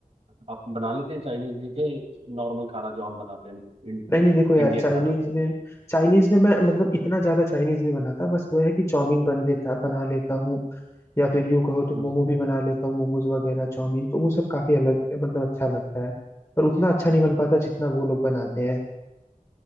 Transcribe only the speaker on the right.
आप बना लेते हैं चाइनीज जी के नॉर्मल खाना जो हम बनाते हैं इं,
इंडियन
खाना
हम्म,